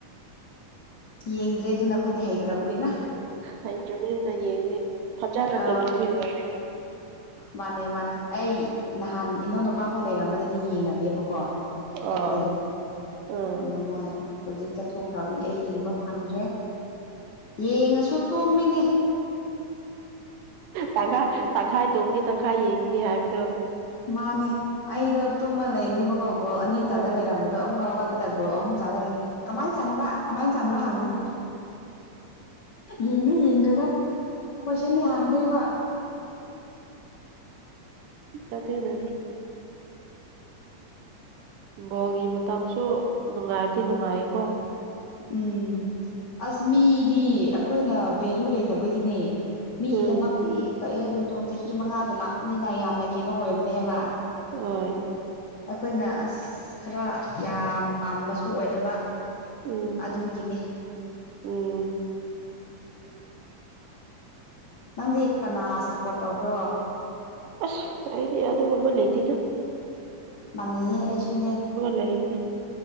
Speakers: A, on the left; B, on the right.
A: ꯌꯦꯡꯗ꯭ꯔꯦ ꯑꯗꯨꯅ ꯑꯩꯈꯣꯏꯗꯤ ꯍꯩꯇ꯭ꯔꯕꯅꯤꯅ
B: ꯍꯩꯇ꯭ꯔꯕꯅꯤꯅ ꯌꯦꯡꯗꯦ ꯐꯖꯅ
A: ꯑꯥ
B: ꯇꯧꯅꯗꯤꯅꯦ
A: ꯃꯥꯅꯦ ꯃꯥꯅꯦ ꯑꯩ ꯅꯍꯥꯟ ꯏꯅꯧ ꯅꯨꯨꯄꯥꯈꯣꯏ ꯂꯩꯔꯝꯕꯗꯗꯤ ꯌꯦꯡꯂꯝꯃꯦꯕ ꯀꯣ ꯑꯩꯈꯣꯏꯗꯣ
B: ꯑꯥ ꯑꯥ
A: ꯑꯗꯨ ꯃꯣꯏ ꯍꯧꯖꯤꯛ ꯆꯠꯊꯣꯛꯈ꯭ꯔꯕꯒꯤ ꯑꯩ ꯌꯦꯡꯕ ꯐꯪꯗ꯭ꯔꯦ ꯌꯦꯡꯉꯁꯨ ꯇꯨꯝꯃꯤꯅꯤ
B: ꯇꯪꯈꯥꯏ ꯇꯪꯈꯥꯏ ꯇꯣꯡꯒꯤ ꯇꯪꯈꯥꯏ ꯌꯦꯡꯉꯅꯤ ꯍꯥꯏꯕꯗꯣ
A: ꯃꯥꯅꯦ ꯑꯩꯗꯣ ꯇꯨꯝꯃ ꯂꯩꯅꯤꯕꯀꯣ ꯒꫭꯜ ꯑꯅꯤ ꯆꯥꯟꯂ
B: ꯑ
A: ꯂꯩꯔꯝꯕꯗꯣ ꯑꯃꯨꯛ ꯍꯧꯒꯠ ꯗ ꯒꯣꯜ ꯑꯍꯨꯝ ꯆꯂꯅꯤ ꯀꯃꯥꯏ ꯆꯟꯕ꯭ꯔꯥ ꯀꯃꯥꯏ ꯆꯟꯕ꯭ꯔꯥ ꯍꯪꯅꯤ ꯌꯦꯡꯗꯤ ꯌꯦꯡꯗꯦꯗ ꯈꫭꯏ ꯁꯨꯝ ꯂꯥꯎꯍꯟꯗꯣꯏꯕ
B: ꯀꯗ ꯅꯅꯤ ꯕꯣꯜꯒꯤ ꯃꯇꯝꯁꯨ ꯅꯨꯡꯉꯥꯏꯕꯗꯤ ꯅꯨꯡꯉꯥꯏꯀꯣ
A: ꯎꯝ ꯑꯁ ꯃꯤꯗꯤ ꯑꯩꯈꯣꯏꯅ ꯚꯦꯂꯨ ꯂꯩꯇꯕꯒꯤꯅꯦ ꯃꯤꯒꯤꯗꯃꯛꯇꯤ
B: ꯎꯝ
A: ꯀꯔꯤ ꯍꯥꯏꯗꯣꯏꯅꯣ ꯆꯍꯤ ꯃꯉꯥꯗ ꯂꯥꯛꯄꯅꯤꯅ ꯌꯥꯝꯅ ꯀꯩꯅꯣ ꯑꯣꯏꯕꯅꯦ ꯍꯥꯏꯕ
B: ꯍꯣꯏ
A: ꯑꯩꯈꯣꯏꯅ ꯑꯁ ꯈꯔ ꯌꯥꯝ ꯄꯥꯝꯕꯁꯨ ꯑꯣꯏꯗꯕ
B: ꯎꯝ
A: ꯑꯣꯗꯤꯒꯤꯅꯦ
B: ꯎꯝ
A: ꯅꯪꯗꯤ ꯀꯅꯥ ꯁꯞꯄꯣꯔꯠ ꯇꯧꯕ꯭ꯔꯣ
B: ꯑꯁ ꯑꯩꯗꯤ ꯌꯥꯗꯒꯨꯝꯕ ꯂꯩꯇꯗ
A: ꯃꯥꯟꯅꯩꯌꯦ ꯑꯩꯁꯨꯅꯦ
B: ꯂꯩꯕꯅꯤ